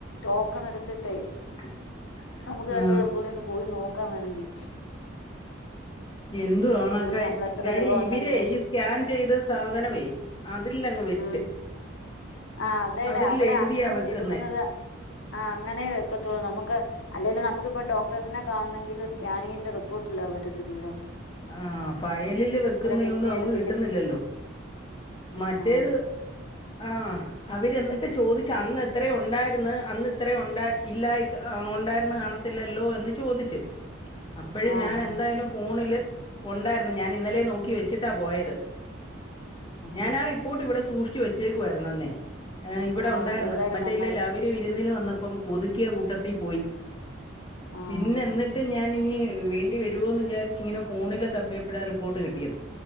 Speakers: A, on the left; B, on the left.
A: ടോക്കൺ എടുത്തിട്ടേ
B: <inaudible>
A: നമുക്ക് രണ്ടു
B: ആ
A: പേർക്കൂടി ഒന്ന് പോയി നോക്കാം വേണെങ്കി
B: എന്തുവാണോ ഖാര്ച്
A: നമ്മൾ
B: <unintelligible>
A: എത്ര
B: കാര്യം
A: രൂപ
B: ഇവരെ
A: ഉണ്ടെങ്കിലാ
B: ഈ സ്കാൻ ചെയ്ത സാധനവേ അതിൽ ലങ് വെച്ച്
A: ഉം ആ അതേടെ
B: അതിൽ
A: അവ്ടെ
B: എഴുതിയാ
A: അങ്ങനെ
B: വെക്കുന്നേ
A: ചെടുക്കുന്നത് ആ അങ്ങനേ വെക്കത്തൊള്ളു നമുക്ക് അല്ലേലും നമുക്കിപ്പം ഡോക്ടേഴ്സിനെ കാൺണെങ്കില് സ്കാനിങ്ങിന്റെ റിപ്പോർട്ടില്ലാ അവര് തരുവല്ലോ
B: ആ ഫയലില് വെക്കുന്നയോണ്ട്
A: പിന്നെ
B: നമുക്ക്
A: എടുപ്പിക്കത്തി
B: കിട്ടുന്നില്ലല്ലോ മറ്റേത്
A: ആഹ്
B: ആ അവര് എന്നിട്ട് ചോദിച്ച് അന്ന് എത്ര ഒണ്ടായിരുന്ന് അന്ന് ഇത്രേ ഒണ്ടാ ഇല്ലായി ആ ഒണ്ടായിര്ന്ന് കാണ ത്തില്ലല്ലോ എന്ന് ചോദിച്ച് അപ്പോഴും
A: ആഹ്
B: ഞാൻ എന്തായാലും
A: ആഹ്
B: ഫോണില് ഒണ്ടായിരുന്ന് ഞാൻ ഇന്നലെ നോക്കി വെച്ചിട്ടാ പോയത് ഞാനാ
A: ആഹ്
B: റിപ്പോർട്ട് ഇവിടെ സൂക്ഷിച്ചു വെച്ചേക്കുവാരുന്നെന്നേ ആ ഇവിടെ
A: ആഹ്
B: ഒണ്ടായിരുന്ന്
A: അതെന്തായാലും
B: മറ്റേല്ലലവിര്
A: നന്നായി
B: വിരുന്നിന് വന്നപ്പം ഒതുക്കിയ കൂട്ടത്തിപോയി
A: ആഹ്
B: പിന്നെ എന്നിട്ട് ഞാനിനി വേണ്ടി വരുവോന്ന് വിചാരിച്ച് ഇങ്ങനെ ഫോ ഫോണില് തപ്പിയപ്പൊഴാ റിപ്പോർട്ട് കിട്ടിയത്